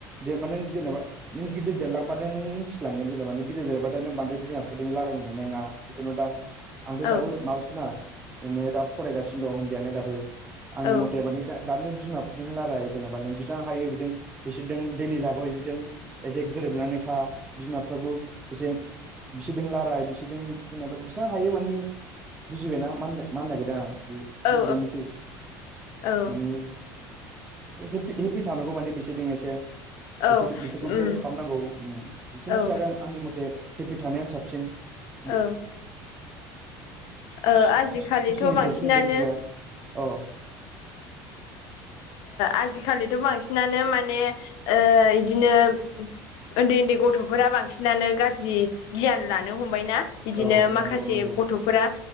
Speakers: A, on the right; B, on the left.
A: दे माने जेनेबा नों गिदिर देरलांबानो नों मिथिलांगोन जेनेबा नोंगिदि देरबानो नों बांद्राय बिमाफोर दों रायलायनो मोननाय नङा। जिखुनो दा आंथ'
B: औ
A: दाबो माबासो ना दा फरायगासिनो दं उन्दैयानो दाबो आंनि
B: औ
A: मथे माने दा दानो बिमाफोरजों रायलायो जेनेबा नों बि हायो बिदि बिसोरजों दैलि लाइफआव बिसोरदों एसे गोरोबनानै था बिमा बिफाखौ एसे बिसोरजों राराय बिसोरजों जेनेबा बिसिबां हायो माने बुजिबायना म मानो नागिरदों आं बे <unintelligible>
B: औ औ
A: थानांगौ मानि बेसे इसे
B: औ
A: एसे बिसोरखौ
B: उम
A: हेल्प खालामनांगौ बिसोरनोसै
B: औ
A: आरो आंनि मथे हेपि थानायानो साबसिन
B: औ
A: बे
B: ओ
A: खुसिनि
B: आजिखालिथ' बांसिनानो
A: जेरसिन जेबो गैया औ
B: आजिखालिथ' बांसिनानो माने ओ बिदिनो उन्दै उन्दै गथ'फोरा बांसिनानो गाज्रि गियान लानो हमबायना बिदिनो
A: औ नंगौ
B: माखासे
A: नंगौ
B: गथ' फोर